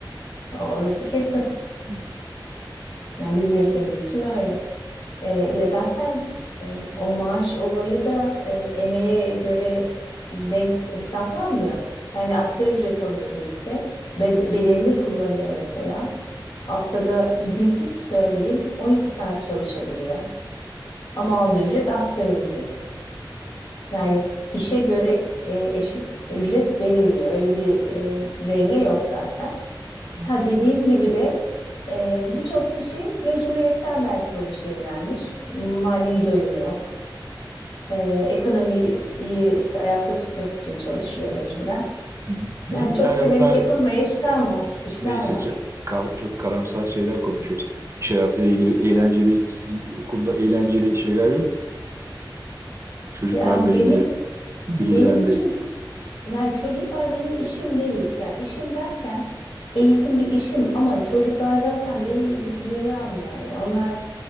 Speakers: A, on the left; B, on the right.
A: Orası kesin.
B: Evet.
A: Yani bizim ülkemiz için öyle. E, ya zaten e, o maaş olayı da e, emeğe göre denk hesaplanmıyor. Yani asgari ücret alıyor birisi, bed- bedenini kullanıyor mesela. Haftada günlük söyleyeyim 12 saat çalışabiliyor. Ama aldığı ücret asgari ücret. Yani işe göre e, eşit ücret verilmiyor. Öyle bir e, denge yok zaten.
B: Hı hı.
A: Ya dediğin gibi de e, birçok kişi mecburiyetten belki o işe yönelmiş. Manevi doyumu yok. E, ekonomiyi işte ayakta tutmak için çalışıyor mecburen.
B: Hı hı. Ne,
A: Yani çok
B: yani
A: severek
B: bunlar
A: yapılmayan işler var, işler
B: neyse
A: var.
B: çok, kar- çok karamsar şeyler konuşuyoruz. İş hayatıyla ilgili eğlenceli, sizin okulda eğlenceli şeyler yok. mu? Çocuklarla
A: Ya
B: ilgili,
A: benim
B: velilerle
A: benim için
B: ilgili.
A: yani çocuklar benim işim değil. Ya işim derken eğitim bir işim ama çocuklar zaten benim bir dünyam yani. Onlar